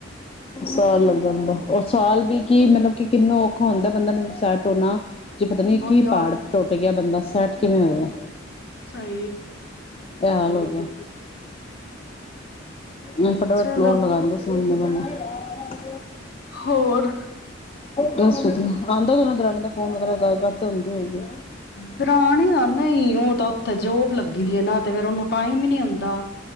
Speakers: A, on the left; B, on the left.
A: ਸਾਲ ਲੱਗ ਜਾਂਦਾ। ਉਹ ਸਾਲ ਵੀ ਕੀ ਮਤਲਬ ਕਿ ਕਿੰਨਾ ਔਖਾ ਹੁੰਦਾ ਬੰਦਾ ਨੂੰ ਸੈਟ ਹੋਣਾ। ਜੇ ਪਤਾ ਨੀ
B: ਉਹੀਓ
A: ਕਿ- ਪਹਾੜ ਟੁੱਟ ਗਿਆ। ਬੰਦਾ- ਸੱਟ ਕਿਵੇਂ ਹੋਏਗਾ?
B: ਸਈ।
A: ਐ ਹਾਲ ਹੋ ਗਿਆ। ਮ ਫਟਾਫਟ
B: ਚਲੋ
A: ਲੋ ਲਗਾਂਦੇ ਸੀ ਹੁਣ- <unintelligible>
B: ਹੋਰ
A: ਬਸ ਵਧੀਆ ਆਉਂਦਾ ਦਰਾਨੀ ਫੋਨ ਵਗੈਰਾ ਗੱਲਬਾਤ ਹੁੰਦੀ ਹੋ ਗਏ
B: ਦਰਾਣੀ ਆ ਨਹੀਂ ਉਹ ਤਾਂ ਉੱਥੇ ਜੋਬ ਲੱਗੀ ਦੀ ਹੈ ਨਾ ਤੇ ਫਿਰ ਉਹਨ ਟਾਈਮ ਹੀ ਨੀ ਆਉਂਦਾ